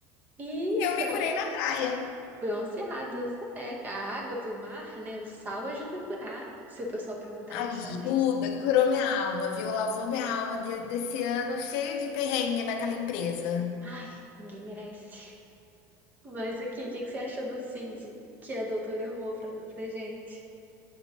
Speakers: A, on the right; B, on the left.
A: E
B: E
A: estão
B: eu me curei na praia.
A: bronzeadas. É, a água do mar, né? O sal ajuda a curar. Se o pessoal perguntar,
B: Ajuda,
A: a gente fala isso.
B: curou minha alma, viu? Lavou minha alma de- desse ano cheio de perrengue naquela empresa.
A: Ai, ninguém merece. Mas aqui, o que que você achou do Cid que a doutora arrumou pra, pra gente?